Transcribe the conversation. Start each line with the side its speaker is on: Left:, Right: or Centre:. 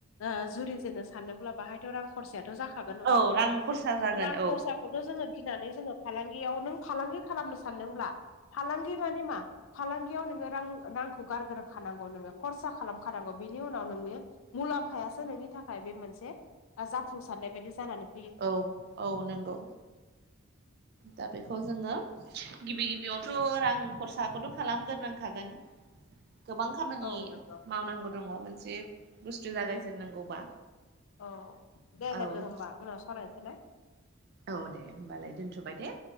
Left: ओ जुरि जेननो सानदोंब्ला बाहायथ' रां खरसायाथ' जाखागोन नङा
Right: औ
Left: होनबा
Right: रां खरसा जागोन
Left: रां
Right: औ
Left: खरसा खौथ' जोङो गिनानै जोङो फालांगियाव नों फालांगि खालामनो सानदोंब्ला फालांगि मानि मा फालांगियाव नोङो रां रांखौ गारग्रोखानांगौ नोङो खरसा खालामखानांगौ बिनि उनाव नोङो मुलाम्फायासो नोंनि थाखाय बे मोनसे जाफुंसारनाय बायदि जानानैै
Right: औ औ नोंगौ दा बेखौ जोङो गिबि गिबियावथ' रां खरसाखौथ' खालामगोरनांखागोन गोबां खामानि
Left: औ नंगौ
Right: मावनांगौ दङ मोनसे बुस्थु जागायजेननांगौबा
Left: औ दे
Right: औ
Left: लोगो होमबा उनाव सालायनोसै ना
Right: औ दे होमबालाय दोनथ'बाय दे